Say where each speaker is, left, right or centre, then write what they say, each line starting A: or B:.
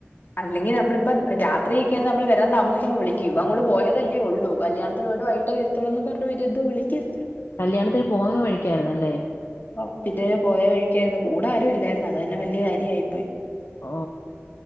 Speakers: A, on the left (about 45°); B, on the left (about 65°).
A: അല്ലെങ്കി നമ്മളിപ്പം രാത്രി ഒക്കെയാന്നേ നമ്മള് വരാൻ താമസിക്കുമ്പോ വിളിക്കും ഇവൻ അങ്ങോട്ട് പോയതല്ലേ ഉള്ളൂ കല്യാത്തിന് പോയിട്ട് വൈ ട്ടേ വരുത്തോളൂ എന്ന് പറഞ്ഞ് പിന്നെ എന്തുവാ വിളിക്കാൻ
B: കല്യാണത്തിന് പോന്ന വഴിക്കായിരുന്നല്ലേ?
A: ആ പിന്നെ പോയ വഴിക്കായിരുന്നു കൂടെ ആരും ഇല്ലായിരുന്നു അത് തന്നെ വല്യ കാര്യമായി പോയി
B: ഓ